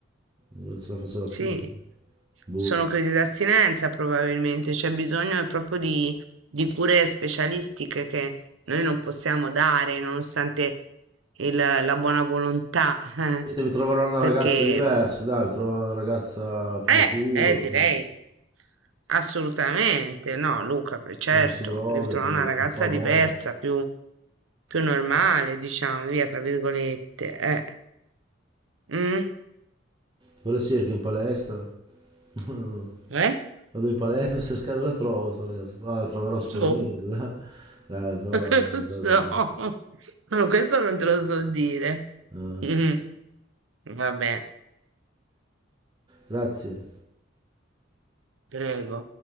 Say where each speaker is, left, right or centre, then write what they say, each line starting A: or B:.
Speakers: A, on the right; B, on the right.
A: non ce la faceva
B: sì,
A: più, cioè. Boh.
B: sono crisi d'astinenza probabilmente, c'è bisogno proprio di, di cure specialistiche che noi non possiamo dare, nonostante il- la buona volontà, eh,
A: Niente, mi troverò una
B: perché
A: ragazza diversa, dai, mi troverò una ragazza più matura,
B: eh, eh,
A: più-
B: direi. Assolutamente, no Luca, pe- certo,
A: che non si droga,
B: devi trovare
A: che,
B: una ragazza
A: che fa moda.
B: diversa, più, più normale, diciamo, via, tra virgolette, eh. Mm?
A: Quella sì, che è in palestra. <laughs>
B: Eh?
A: Vado in palestra a cercare dove la trovo sta ragazza. Ah, la troverò sicuramente,
B: Boh.
A: <laughs> dai. Dai, però
B: <laughs>
A: non
B: Non so,
A: fai problemi.
B: <laughs> questo non te lo so dire.
A: Ah,
B: Mm. Vabbè,
A: grazie.
B: prego.